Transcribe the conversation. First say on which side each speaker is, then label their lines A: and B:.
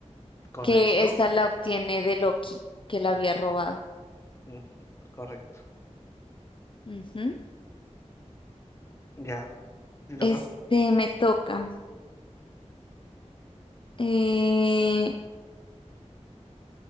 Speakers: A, on the left; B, on the left.
A: ¿Correcto?
B: que esta la obtiene de Loki, que la había robado.
A: Ujú, correcto.
B: Ujú.
A: Ya, ¿te toca?
B: Este me toca. Eh,